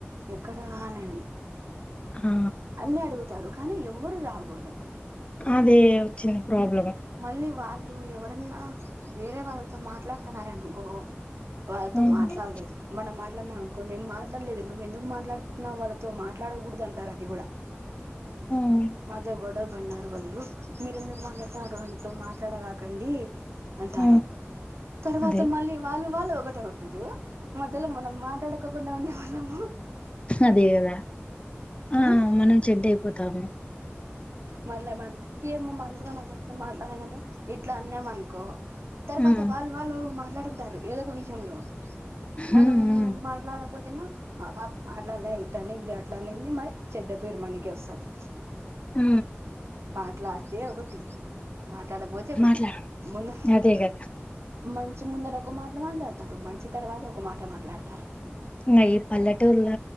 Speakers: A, on the right; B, on the left.
A: ఎక్కడ అని
B: ఆ
A: అన్ని అడుగుతారు కానీ ఎవరు రాగుడదని
B: అదే వచ్చింది ప్రాబ్లం
A: మళ్ళీ వాళ్ళు ఎవరన్నా వేరే వాళ్ళతో మాట్లాడతన్నారనుకో వాళ్ళతో
B: ఉమ్
A: మాట్లాడలేదు మనం మాట్లాడనామ అనుకో మేమ్ మళ్ళీ ఇది నువ్వు ఎందుకు మాట్లాడుతున్నా వాళ్ళతో మాట్లాడకూడదు అ అది కూడా
B: ఉమ్
A: మాతో గొడవపడినారు వాళ్ళు మీరు ఎందుకు మాట్లాడుతున్నారు వాళ్ళతో మాట్లాడగాకండి అంటారు
B: ఉమ్
A: తర్వాత
B: అదే
A: మళ్ళీ వాళ్ళు వాళ్ళు ఒకటవుతారు మధ్యలో మనం మాట్లాడుకోకుండా ఉండే వాళ్ళము
B: అదే కదా ఆ
A: <unintelligible>
B: మనం చెడ్డ అయిపోతాము
A: మళ్లే మళ్లే ఏమ మట్లాడితే మట్లాడుత మాట్లాడదంటే ఇట్లా అన్నామ అనుకో తర్వాత
B: ఉమ్
A: వాళ్ళు వాళ్ళు మాట్లాడుకుంటారు ఏదో ఒక విషయంలో మనం
B: ఉమ్ ఉమ్
A: మాట్లాడకపోతే తిను అట్లా ఇట్ అనింది అట్లానింది మరి చెడ్డ పేరు మనకే వస్తుది
B: ఆ
A: మాట్లాడితే ఒకటి మాట్లాడకపోతే ఒకటి
B: మాట్లా
A: ముందు
B: అదే కదా
A: మంచి ముందర ఒక మాట మాట్లాడతారు మంచి తర్వాత ఒక మాట మాట్లాడతారు
B: ఇంగ ఈ పల్లెటూరులో